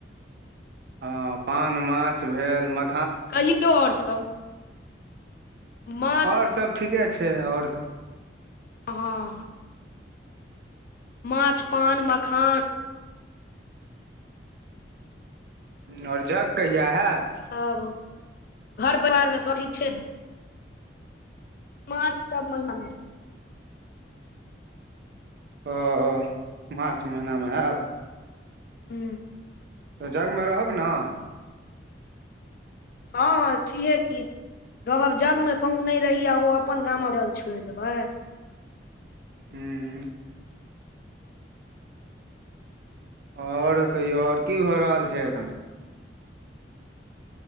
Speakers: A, on the right; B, on the left.
A: हँ पान माछ भेल म
B: कहियौ और सब? माछ
A: आओर सब ठीके छै आओर
B: हंऽ। माछ पान मखान।
A: और जग कहिया हेएत?
B: सब घर परिवार मे सब ठीक छै ने? मार्च सब महिना मे
A: ओऽ मार्च महिना मे आएब?
B: हूं।
A: तऽ जग मे रहब नऽ?
B: हँ हँ छिहे की। रहब जग मे कहूँ नै रही आ ओहो अपन गामक जग छोइड़ देबै।
A: हूँ। आओर कहियौ और की भऽ रहल छै अखन?